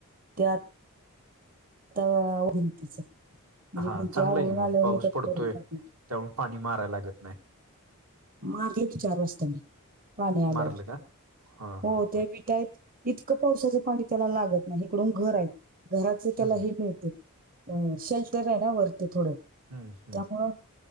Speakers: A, on the right (about 40°); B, on the right (about 80°).
A: त्यात आता भिंतीच म्हणजे
B: हा
A: भिंती
B: चांगलं
A: आवळून
B: आहे की
A: आल्यावर
B: पाऊस
A: मग त्या
B: पडतोय
A: करून टाकिन.
B: त्यामुळे पाणी मारायला लागत नाही.
A: मारले की चार वाजता मी पाणी आल्यावर
B: मारलं का हा
A: हो
B: हा हा
A: ते विटायत इतकं पावसाचं पाणी त्याला लागत नाही इकडून घर आहे घराच त्याला
B: हम्म,
A: हे मिळते अ शेल्टर आहे ना वरती थोडे.
B: हम्म, हम्म.
A: त्यामुळं